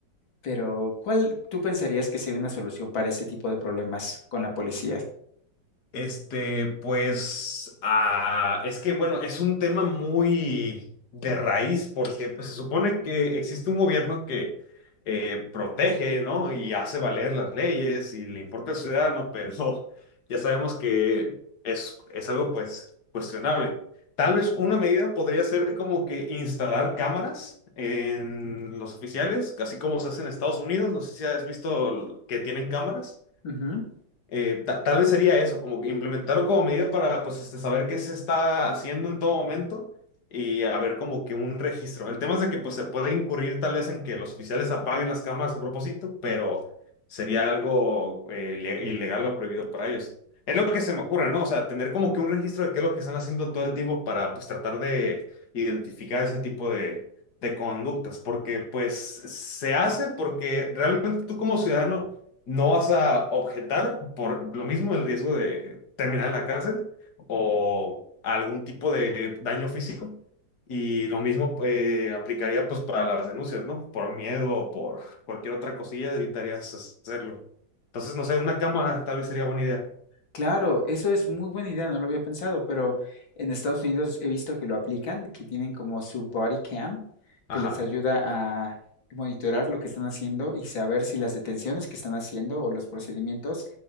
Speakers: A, on the left; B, on the left.
A: pero ¿cuál tú pensarías que sería una solución para este tipo de problemas con la policía?
B: Este, pues, ah, es que, bueno, es un tema muy de raíz porque pues, se supone que existe un gobierno que eh, protege, ¿no? Y hace valer las leyes y le importa al ciudadano, pero <laughs> ya sabemos que es, es algo, pues, cuestionable. Tal vez una medida podría ser como que instalar cámaras en
A: Ujú.
B: los oficiales, así como se hace en Estados Unidos. No sé si has visto que tienen cámaras.
A: Ujú.
B: Eh, ta- tal vez sería eso, como que implementarlo como medida para pues este, saber qué se está haciendo en todo momento y haber como que un registro. El tema es de que pues se puede incurrir tal vez en que los oficiales apaguen las cámaras a propósito, pero sería algo eh, ile- ilegal o prohibido para ellos. Es lo que se me ocurre, ¿no? O sea, tener como que un registro de qué es lo que están haciendo todo el tiempo para pues tratar de identificar ese tipo de, de conductas, porque pues se hace porque realmente tú como ciudadano no vas a objetar por lo mismo el riesgo de terminar en la cárcel o algún tipo de daño físico. Y lo mismo eh, aplicaría pues para las denuncias, ¿no? Por miedo o por cualquier otra cosilla evitarías hacerlo. Entonces, no sé, una cámara tal vez sería buena idea.
A: Claro, eso es muy buena idea, no lo había pensado, pero en Estados Unidos he visto que lo aplican, que tienen como su body cam,
B: Ajá,
A: que les ayuda a monitorar lo que están haciendo y saber si las detenciones que están haciendo o los procedimientos